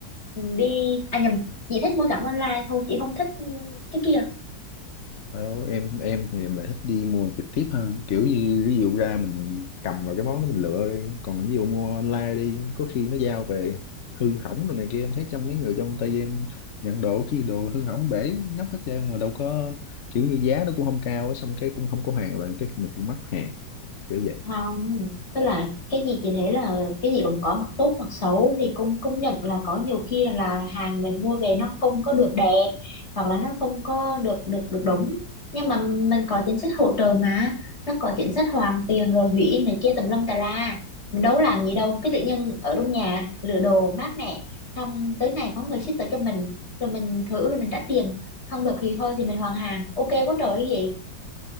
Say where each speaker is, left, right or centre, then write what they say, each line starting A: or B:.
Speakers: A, on the left; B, on the left.
A: đi à nhầm chị thích mua sắm online thôi chị không thích ừ, cái kia
B: Đâu, em em thì em lại thích đi mua trực tiếp hơn kiểu như ví dụ ra mình cầm vào cái món đó mình lựa đi còn ví dụ mua online đi có khi nó giao về hư hỏng rồi này kia em thấy trong mấy người trong tay em nhận đồ khi đồ hư hỏng bể nhóc hết trơn mà đâu có kiểu như giá nó cũng không cao á, xong cái cũng không có hàng rồi cái mình cũng mất hàng kiểu vậy
A: không tức là cái gì chị thấy là cái gì cũng có mặt tốt mặt xấu thì cũng công nhận là có nhiều khi là, là hàng mình mua về nó không có được đẹp hoặc là nó không có được được được đúng nhưng mà mình có chính sách hỗ trợ mà nó có chính sách hoàn tiền rồi hủy in này kia tùm lum tà la mình đâu có làm gì đâu cái tự nhiên ở trong nhà lựa đồ mát mẻ xong tới ngày có người ship tới cho mình rồi mình thử rồi mình trả tiền không được thì thôi thì mình hoàn hàng ok quá trời cái